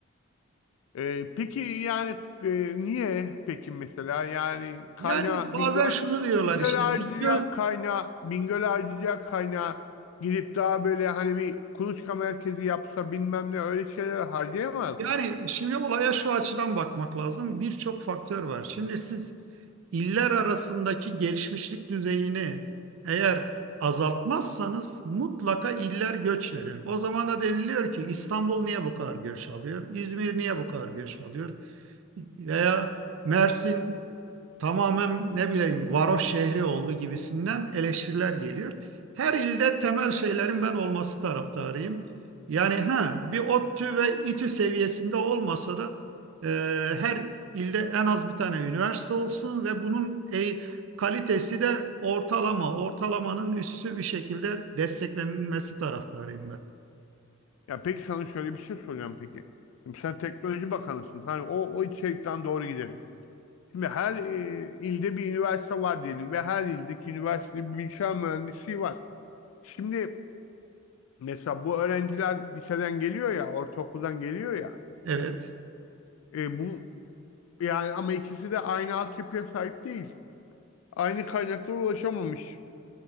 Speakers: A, on the left (about 90°); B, on the right (about 75°).
A: E, peki yani e, niye peki mesela yani kaynağı
B: Yani bazen
A: Bingöl
B: şunu diyorlar
A: Bingöl
B: işte
A: harcayacağı
B: Bingöl,
A: kaynağı Bingöl harcayacağı kaynağı gidip daha böyle hani bir kuluçka merkezi yapsa bilmem ne öyle şeyler harcayamaz
B: Yani
A: mı?
B: şimdi olaya şu açıdan bakmak lazım. Birçok faktör var. Şimdi siz iller arasındaki gelişmişlik düzeyini eğer azaltmazsanız mutlaka iller göç verir. O zaman da deniliyor ki İstanbul niye bu kadar göç alıyor? İzmir niye bu kadar göç alıyor? veya Mersin tamamen ne bileyim varoş şehri oldu gibisinden eleştiriler geliyor. Her ilde temel şeylerin ben olması taraftarıyım. Yani ha bir ODTÜ ve İTÜ seviyesinde olmasa da e, her ilde en az bir tane üniversite olsun ve bunun e, kalitesi de ortalama, ortalamanın üstü bir şekilde desteklenilmesi taraftarıyım ben.
A: Ya peki sana şöyle bir şey soracağım peki. Şimdi sen teknoloji bakanısın. Hani o, o içerikten doğru gidelim. Şimdi her e, ilde bir üniversite var diyelim ve her ildeki üniversitede bir bilgisayar mühendisliği var. Şimdi mesela bu öğrenciler liseden geliyor ya, ortaokuldan geliyor ya.
B: Evet.
A: E, bu yani ama ikisi de aynı altyapıya sahip değil. Aynı kaynaklara ulaşamamış.